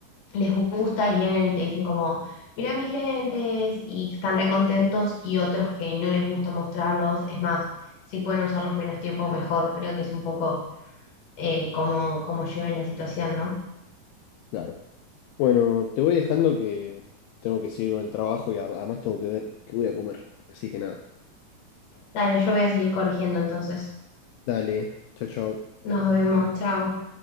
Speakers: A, on the left; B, on the left.
A: les gusta y vienen y te dicen como, mira mis lentes y están recontentos y otros que no les gusta mostrarlos, es más, si pueden usarlos menos tiempo mejor, creo que es un poco eh, como, como lleven la situación, ¿no?
B: Claro. Bueno, te voy dejando que tengo que seguir con el trabajo y a- además tengo que ver qué voy a comer. Así que nada.
A: Dale, yo voy a seguir corrigiendo entonces.
B: Dale. Chao, chao.
A: Nos vemos, chao.